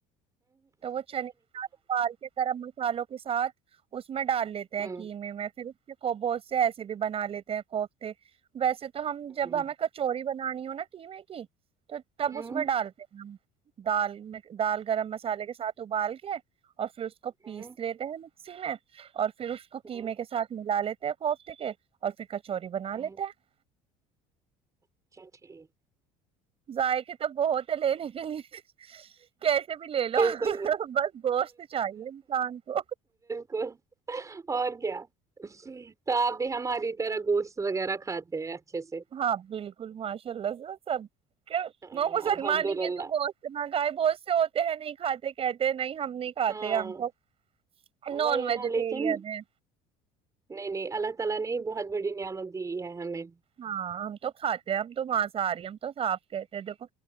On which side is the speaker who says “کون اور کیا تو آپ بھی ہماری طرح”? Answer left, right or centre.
Right